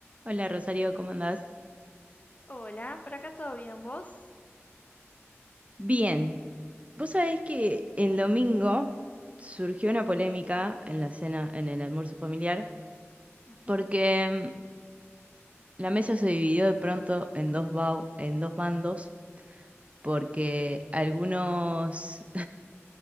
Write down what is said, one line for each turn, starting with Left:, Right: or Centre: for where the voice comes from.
Right: Hola Rosario, ¿cómo andás?
Left: Hola, por acá todo bien, ¿vos?
Right: Bien, vos sabés que el domingo surgió una polémica en la cena, en el almuerzo familiar,
Left: Ujú.
Right: porque mm, la mesa se dividió de pronto en dos, bau- en dos bandos, porque algunos